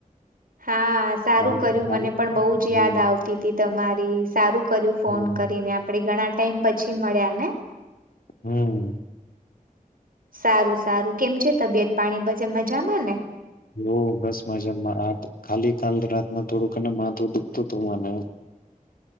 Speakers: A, on the right; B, on the left.
A: હા સારું
B: તો આજે
A: કર્યું
B: આજે
A: મને પણ બહુ જ
B: હમ
A: યાદ આવતી તી તમારી. સારું કર્યું ફોન
B: હમ
A: કરીને આપણે ઘણા ટાઈમ પછી મળ્યા ને.
B: હમ્મ.
A: સારું સારું કેમ છે તબિયત પાણી બજે મજામાં ને.
B: હો બસમાં જન્માં આ ખાલી કાલ રાતના થોડુંક ને માથું દુખતું હતું મને